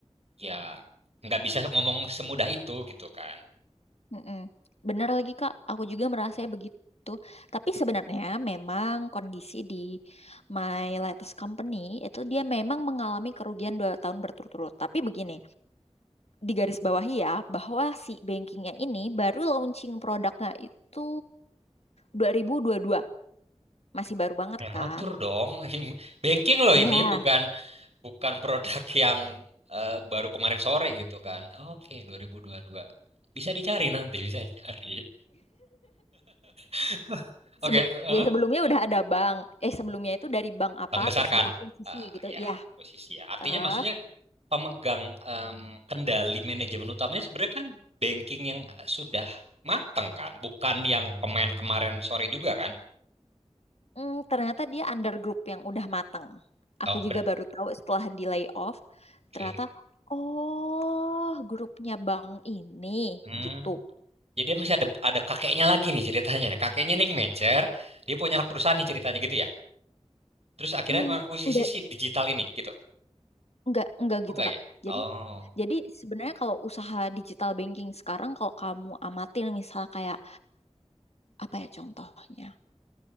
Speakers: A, on the right (about 70°); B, on the left (about 70°).
A: ya nggak bisa ngomong semudah itu gitu kan
B: Mm-mm. Bener lagi Kak, aku juga merasa begitu. Tapi sebenarnya memang kondisi di my latest company itu dia memang mengalami kerugian dua tahun berturut-turut. Tapi begini, di garis bawahi ya, bahwa si bankingnya ini baru launching produknya itu 2022. Masih baru banget
A: Prematur
B: kan?
A: dong. <laughs> Banking loh
B: Iya,
A: ini bukan bukan produk yang eh, baru kemarin sore gitu kan. Oke, 2022. Bisa dicari nanti, bisa dicari. <laughs> Oke,
B: sebe-
A: itu, eh,
B: ya sebelumnya udah ada bank. Eh sebelumnya itu dari bank apa
A: Bank besar
B: terus
A: kan?
B: diakuisisi
A: Eh,
B: gitu.
A: ya,
B: Iya,
A: posisi ya. Artinya
B: terus
A: maksudnya pemegang em, kendali manajemen utamanya sebenarnya kan banking yang sudah mateng kan, bukan yang pemain kemarin sore juga kan?
B: Hmm, ternyata dia under group yang udah mateng. Aku
A: Oh, ber-
B: juga baru tahu setelah di layoff,
A: Oke.
B: ternyata oh grupnya bank ini
A: Hmm.
B: gitu.
A: Jadi dia masih ada ada kakeknya lagi nih ceritanya. Nah, Kakeknya nih yang manajer, dia punya anak perusahaan nih ceritanya gitu ya. Terus akhirnya
B: Hmm,
A: mengakuisisi
B: enggak
A: si digital ini gitu.
B: enggak enggak
A: Oh
B: gitu
A: enggak
B: Kak.
A: ya?
B: Jadi
A: Oh,
B: jadi sebenarnya kalau usaha digital banking sekarang kalau kamu amatin misal kayak apa ya contohnya?